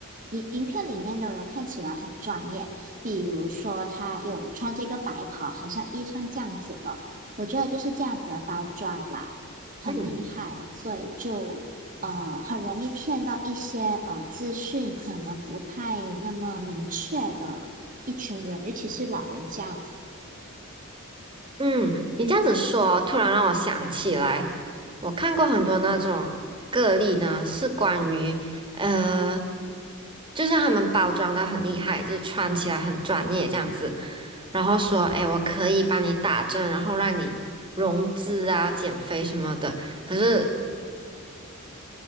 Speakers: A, on the right; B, on the right.
A: 影影片里面的人看起来很专业，比如说他有穿这个白袍，很像医生这样子的，我觉得就是这样子的包装啦，很厉害，
B: 嗯。
A: 所以就呃很容易骗到一些呃资讯可能不太那么明确的一群人，尤其是老人家，
B: 嗯，你这样子说，突然让我想起来，我看过很多那种个例呢，是关于呃，就是他们包装的很厉害，就是穿起来很专业这样子，然后说，哎，我可以帮你打针，然后让你融资啊、减肥什么的。可是